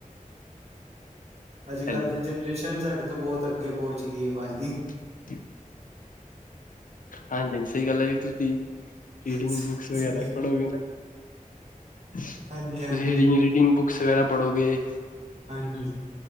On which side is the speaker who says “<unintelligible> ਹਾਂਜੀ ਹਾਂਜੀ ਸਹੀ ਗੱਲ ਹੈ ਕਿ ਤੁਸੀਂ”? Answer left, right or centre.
Left